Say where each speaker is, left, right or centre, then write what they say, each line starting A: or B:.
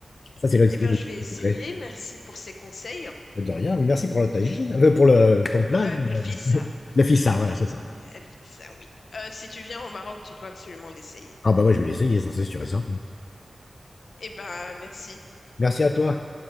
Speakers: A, on the left; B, on the left.
A: Ça, c'est le c'est
B: Eh bien,
A: le
B: je vais essayer.
A: secret.
B: Merci pour ces conseils.
A: Mais De rien, mais merci pour le tagine, euh, pour le, ton plat.
B: Euh, Rfis,
A: là. <laughs> Le fissa, voilà, c'est ça.
B: Elle fait ça, oui. Euh, si tu viens au Maroc, tu dois absolument l'essayer.
A: Ah, bah ouais, je vais l'essayer, ça, c'est sûr et certain.
B: Eh ben, merci.
A: Merci à toi.